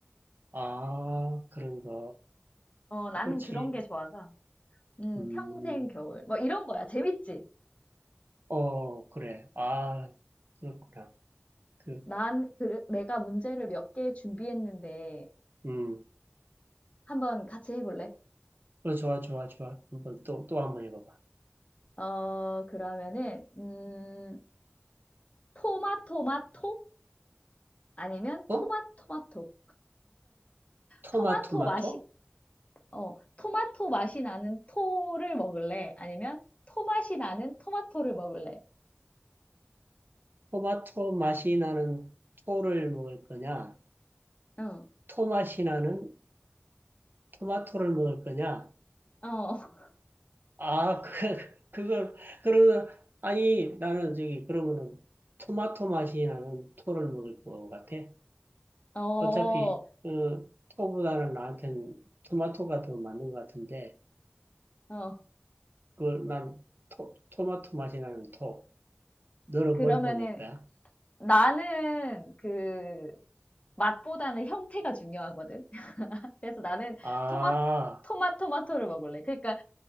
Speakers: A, on the right (about 55°); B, on the left (about 35°).
A: 아, 그런가.
B: 어 나는
A: 그렇지.
B: 그런 게 좋아서 음
A: 음,
B: 평생 겨울 뭐 이런 거야 재밌지?
A: 어, 그래. 아, 그렇구나. 그,
B: 난 그- 내가 문제를 몇 개 준비했는데
A: 음,
B: 한번 같이 해볼래?
A: 어, 좋아, 좋아, 좋아. 한번 또, 또 한 번 해봐봐.
B: 어 그러면은 음 토마토마토 아니면
A: 어?
B: 토마토마토
A: 토마토마토?
B: 토마토 맛이 어, 토마토 맛이 나는 토를 먹을래? 아니면 토 맛이 나는 토마토를 먹을래?
A: 토마토 맛이 나는 토를 먹을 거냐?
B: 응,
A: 토맛이 나는 토마토를 먹을 거냐?
B: 어, <laughs>
A: 아, <laughs> 그, 그걸, 그러면, 아니, 나는 저기, 그러면은 토마토 맛이 나는 토를 먹을 것 같아.
B: 어,
A: 어차피, 어, 토보다는 나한텐 토마토가 더 맞는 것 같은데,
B: 어.
A: 그걸 난 토, 토마토 맛이 나는 토. 너는
B: 그,
A: 뭘
B: 러면은
A: 먹을 거야?
B: 나는 그 맛보다는 형태가 중요하거든. 그래서 나는
A: 아,
B: 토마, 토마, 토마토를 먹을래. 그러니까